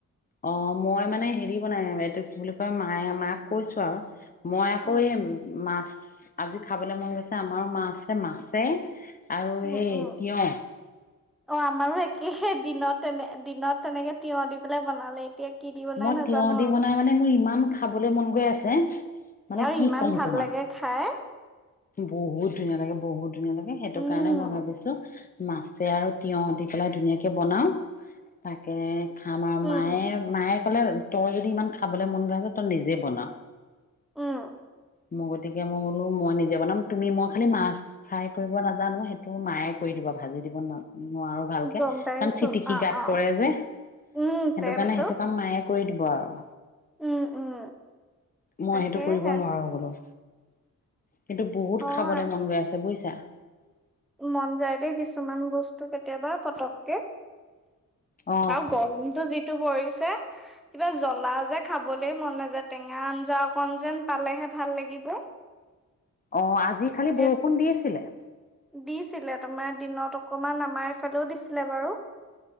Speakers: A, on the left (about 30°); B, in the centre.
A: অ মই মানে হেৰি বনাই এইটো কি বুলি কয় মায়ে মাক কৈছো আৰু মই আকৌ
B: উম
A: এই মাছ আজি খাবলৈ মন গৈছে আমাৰো মা আছে মাছে আৰু
B: উম
A: এই
B: উম
A: তিয়ঁহ।
B: অ আমাৰো একে দিনত তেনে দিনত তেনেকে তিঁয়হ দি পেলাই বনালে। এতিয়া কি দি বনাই
A: মই
B: নাজানো
A: তিঁয়হ দি
B: আৰু
A: বনাই মানে মোৰ ইমান খাবলৈ মন গৈ আছে। মানে
B: আৰু
A: কি
B: ইমান
A: ক'ম
B: ভাল
A: তোমাক
B: লাগে খাই।
A: বহুত ধুনীয়া লাগে বহুত। ধুনীয়া লাগে সেইটো
B: উম
A: কাৰণে মই ভাবিছো মাছে আৰু তিঁয়হ দি পেলাই ধুনীয়াকৈ বনাওঁ তাকে খাম আৰু
B: উম
A: মায়ে মায়ে হলে তই যদি ইমান খাবলৈ মন গৈ আছে তই নিজে বনা।
B: উম
A: মই গতিকে মই বোলো মই নিজে বনাম তুমি মই খালি মাছ ফ্ৰাই কৰিব নাজানো সেইটো মায়ে কৰি দিব ভাজি দিব নোৱাৰো। নোৱাৰো ভালকে
B: উম গম পাইছো
A: কাৰণ চিটিকি
B: অ
A: গাত
B: অ
A: পৰে যে সেইটো
B: উম তেলটো
A: কাৰণে সেইটো কাম মায়ে কৰি দিব আৰু।
B: উম উম
A: মই
B: তাকেহে
A: সেইটো কৰিব নোৱাৰো বোলো। কিন্তু বহুত
B: হয়
A: খাবলৈ মন গৈ আছে বুজিছা। যা।
B: মন যায় দেই কিছুমান বস্তু কেতিয়াবা পতককে।
A: অ
B: আৰু গৰমতো যিটো পৰি যে জ্বলা যে খাবলৈ মন নযায় টেঙা আঞ্জা অকন যেন পালেহে ভাল লাগিব।
A: অ আ আজি খালি
B: এ
A: বৰষুণ দি আছিলে।
B: দিছিলে তোমাৰ দিনত অকমান আমাৰ ফালেও দিছিলে বাৰু